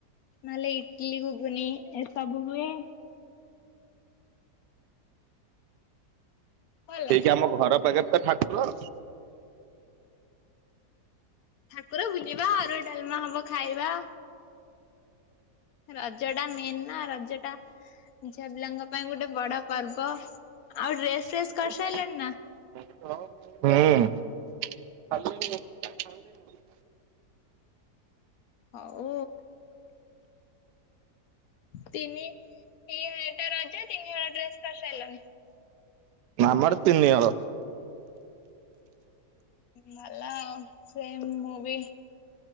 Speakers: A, on the left (about 65°); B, on the right (about 80°).
A: ନହେଲେ ଇଟଲିି ଘୁଗୁନି ଏସବୁ ହୁଏ। ଭଲ
B: ହେଇକି ଆମ ଘର ପାଖରେ ତ ଠାକୁର!
A: ଠାକୁର ବୁଲିବା ଆରୁଆ ଡାଲମା ହବ ଖାଇବା। ରଜ ଟା ମେନ୍ ନା ରଜ ଟା ଝିଆ ପିଲାଙ୍କ ପାଇଁ ଗୋଟେ ବଡ ପର୍ବ। ଆଉ ଡ୍ରେସ୍
B: ହୁଁ
A: ଫ୍ରେସ୍ କରିସାରିଲଣି ନା?
B: <unintelligible> ଚାଲ <unintelligible>
A: ହଉ ତିନି ଏ ଏଇଟା ରଜ ତିନି ବଳା ଡ୍ରେସ କରିସାରଲଣିି।
B: ମାମାର ତିନି ହଳ।
A: ଭଲ ଆଉ ସେ ମୁଁ ବି